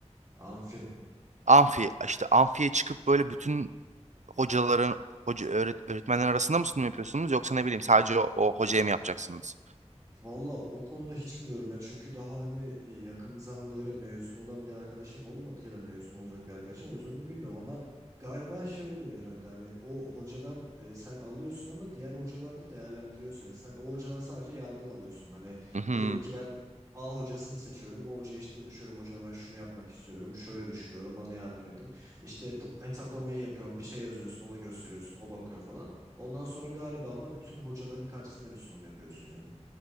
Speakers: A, on the right (about 20°); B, on the right (about 80°).
A: Amfi.
B: Amfi işte amfiye çıkıp böyle bütün hocaların hoca öğret, öğretmenler arasında mı sunum yapıyorsunuz yoksa ne bileyim sadece o, o hocaya mı yapacaksınız?
A: Valla o konuda hiç bilmiyorum ya çünkü daha hani e, yakın bir zamanda öyle mezun olan bir arkadaşım olmadı ya da mezun olacak bir arkadaşım o yüzden onu bilmiyorum ama galiba şey oluyor herhalde hani o hocadan e, sen alıyorsun ama diğer hocalarda değerlendiriyor seni. Sen o hocadan sadece yardım alıyorsun hani
B: Hı hı.
A: diyelim ki ben A hocasını seçiyorum o hocaya işte danışıyorum hocam ben şunu yapmak istiyorum şöyle düşünüyorum bana yardım edin işte bu- hesaplamayı yapıyorum bir şey yazıyorsun ona gösteriyorsun o bakıyor falan ondan sonra galiba ama bütün hocaların karşısında bir sunum yapıyorsun ya.